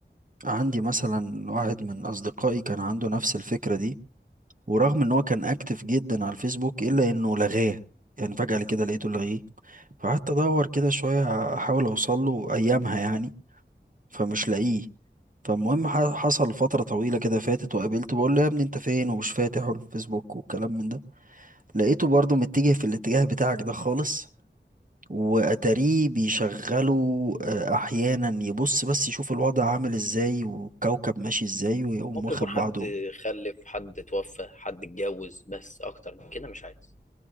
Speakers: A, on the right; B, on the left.
A: عندي مثلا واحد من اصدقائي كان عنده نفس الفكرة دي ورغم ان هو كان اكتف جدا على الفيسبوك الا انه لغاه يعني فجأة كده لقيته لغيه فقعدت ادور كده شوية احاول اوصل له ايامها يعني فمش لاقيه فالمهم ح- حصل فترة طويلة كده فاتت وقابلته بقول له يا ابني انت فين ومش فاتح الفيسبوك والكلام من ده لقيته برضه متجه في الاتجاه بتاعك ده خالص واتاريه بيشغله آه، احيانا يبص بس يشوف الوضع عامل ازاي والكوكب ماشي ازاي ويقوم
B: ممكن
A: واخد
B: يكون حد
A: بعضه
B: خلف حد توفى حد اتجوز بس اكتر من كده مش عايز